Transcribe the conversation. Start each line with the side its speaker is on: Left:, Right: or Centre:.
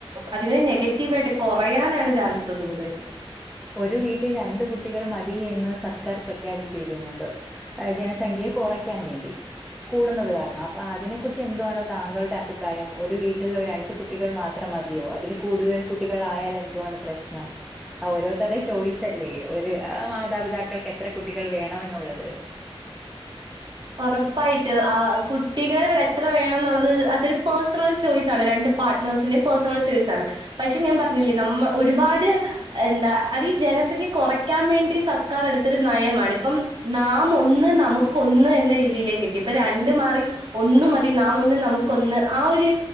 Right: അതിനെ നെഗറ്റീവായിട്ട് കുറയാനാണ് ചാൻസ് കൂടുതല്
Centre: ഒരു വീട്ടിൽ രണ്ട് കുട്ടികൾ മതി എന്ന് സർക്കാർ പ്രഖ്യാപിച്ചിരിക്കുന്നുണ്ട് ജനസംഖ്യ കുറയ്ക്കാൻ വേണ്ടി കൂടുന്നത് കാരണം അപ്പൊ അതിനെ കുറിച്ച് എന്തുവാണോ താങ്കളുടെ അഫിപ്രായം ഒരു വീട്ടിൽ ഒരു രണ്ട് കുട്ടി കുട്ടികൾ മാത്രം മതിയോ അതിൽ കൂടുതൽ കുട്ടികൾ ആയാൽ എന്തുവാണ് പ്രശ്നം ഓരോ ചോയ്സ് അല്ലേ ഒരു മാതാപിതാക്കൾക്ക് എത്ര കുട്ടികൾ വേണെമെന്നുള്ളത്
Right: ഉറപ്പായിട്ടും ആ കുട്ടികൾ എത്ര വേണംന്നുള്ളത് അതൊരു പേഴ്സണൽ ചോയ്സാണ് രണ്ട് പാർട്ണർസിന്റെ പേഴ്സണൽ ചോയ്സ് ആണ് പക്ഷെ ഞാൻ പറഞ്ഞില്ലേ നമ്മ ഒരുപാട് എന്താ അതീ ഈ ജനസംഖ്യ കുറയ്ക്കാവേണ്ടി സർക്കാർ എടുത്തൊരു നയമാണ് ഇപ്പം നാം ഒന്ന് നമുക്കോന്ന് ന്ന രീതിയിലേക്ക് എത്തി ഇപ്പൊ രണ്ട് മാറി ഒന്ന് മതി നാം ഒന്ന് നമുക്കൊന്ന് ആ ഒരു